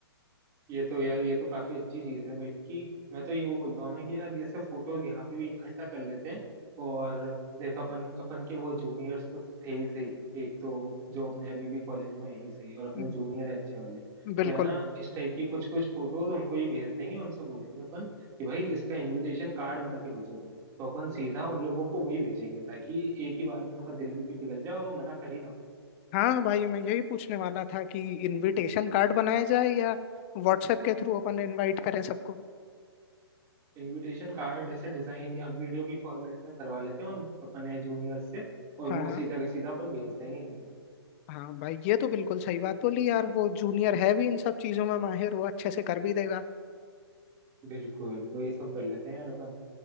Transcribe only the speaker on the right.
ये तो यार ये तो काफी अच्छी चीज है बल्कि मैं तो ये बोलता हूँ ना कि यार ऐसे फोटोज यहाँ पे भी इकट्ठा कर लेते हैं और देख अपन अपन के वो जूनियर्स तो थे ही सही एक तो जो अपने अभी भी कॉलेज में है ही सही और अपने
जूनियर है अच्छे वाले तो
है ना इस टाइप की कुछ कुछ फोटोज उनको ही भेज देंगे उनसे बोलेंगे अपन कि भाई इसका इनविटेशन कार्ड बना के भेजो तो तो अपन सीधा उन लोगों को वही भेजेंगे ताकि एक ही बार में उनका दिल भी पिघल जाए और वो मना कर ही ना
इनविटेशन कार्ड ऐसे डिजाइन या वीडियो की फॉर्मेट में करवा लेते हैं उन अपने जूनियर से और
वो
सीधा के सीधा अपन भेज देंगे इनको
बिल्कुल वही सब कर लेते हैं यार अपन